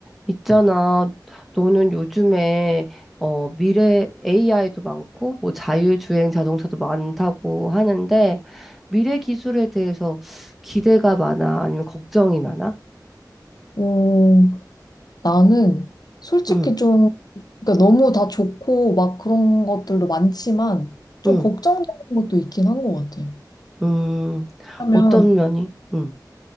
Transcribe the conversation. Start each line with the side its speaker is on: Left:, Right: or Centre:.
Centre: 있잖아, 너는 요즘에 어, 미래 AI도 많고 뭐 자율주행 자동차도 많다고 하는데 미래 기술에 대해서 기대가 많아? 아니면 걱정이 많아?
Left: 어, 나는 솔직히
Centre: 응,
Left: 좀, 그러니까 너무 다 좋고 막 그런 것들도 많지만 좀
Centre: 응,
Left: 걱정되는 것도 있긴 한 것 같아.
Centre: 음,
Left: 왜냐면
Centre: 어떤 면이? 응,